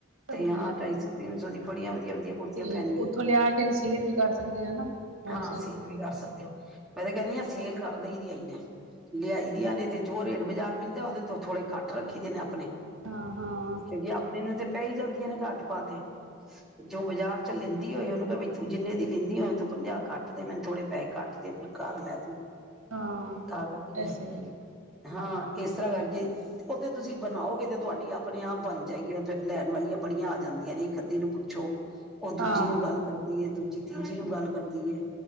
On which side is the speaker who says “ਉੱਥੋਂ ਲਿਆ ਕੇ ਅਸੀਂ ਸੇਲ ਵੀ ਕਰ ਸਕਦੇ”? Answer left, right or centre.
Right